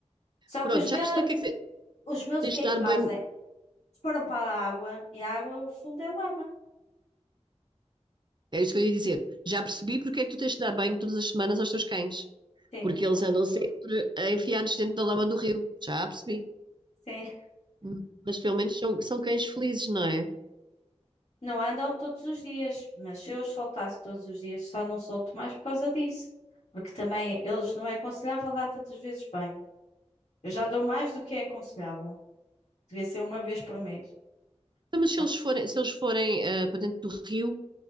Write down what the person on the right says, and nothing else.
Pronto,
já
percebi o que é que
tens
de
dar
banho,
é isso que eu ia dizer, já percebi porque é que tu tens de dar banho todas as semanas aos teus cães,
porque eles andam sempre enfiados dentro da lama do rio, já percebi.
Hum, Mas pelo menos são, são cães felizes, não é?
Então, mas se
eles forem, se eles forem ah, para dentro do rio,